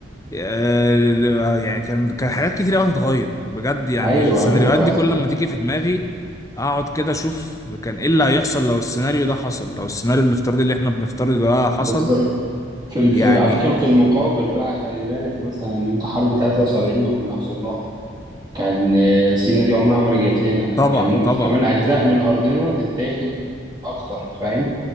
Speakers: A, on the left (about 15°); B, on the right (about 20°).
A: آه، يعني كان كان حاجات كتير قوي هتتغير بجد يعني
B: ايوه
A: السيناريوهات
B: ايوه
A: دي كل ما تيجي في دماغي اقعد كده اشوف كان ايه اللي هيحصل لو السيناريو ده حصل لو السيناريو الافتراضي اللي احنا بنفترضه ده حصل
B: بالظبط في الف...
A: يعني
B: على فكره في المقابل بقى خلي بالك مثلا ان انت حرب 73 اللي كنا خسرناها كان آه، سينا دي عمرها ما رجعت لنا
A: طبعا
B: كان ممكن
A: طبعا
B: كمان اجزاء من ارضنا تتاخد اكتر فاهم